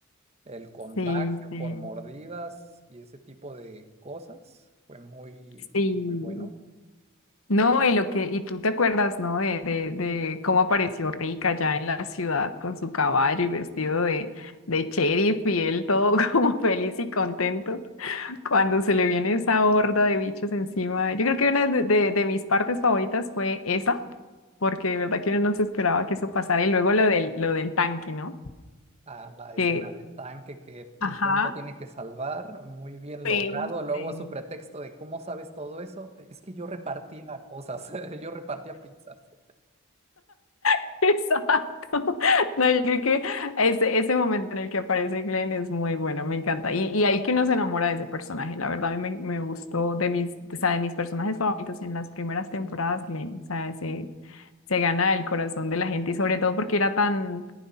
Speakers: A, on the right (about 30°); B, on the left (about 80°).
A: el contagio
B: sí, sí.
A: por mordidas y ese tipo de cosas. Fue muy,
B: Sí.
A: muy bueno.
B: No, y lo que, y tú te acuerdas, ¿no? De, de, de cómo apareció Rick allá en la ciudad con su caballo y vestido de, de sheriff y él todo <laughs> como feliz y contento cuando se le viene esa horda de bichos encima. Yo creo que una de, de, de mis partes favoritas fue esa, porque de verdad que uno no se esperaba que eso pasara. Y luego lo del, lo del tanque, ¿no?
A: A la
B: Que,
A: escena del tanque que Nintendo
B: ajá,
A: tiene que salvar, muy bien
B: sí,
A: logrado. Luego
B: sí.
A: su pretexto de cómo sabes todo eso, es que yo repartía cosas, <laughs> yo repartía pizzas.
B: <laughs> Exacto. No, yo creo que ese, ese momento en el que aparece Glenn es muy bueno, me encanta. Y, y ahí que uno se enamora de ese personaje. La verdad, a mí me, me gustó de mis, o sea, de mis personajes favoritos en las primeras temporadas, Glenn. O sea, se, se gana el corazón de la gente y sobre todo porque era tan,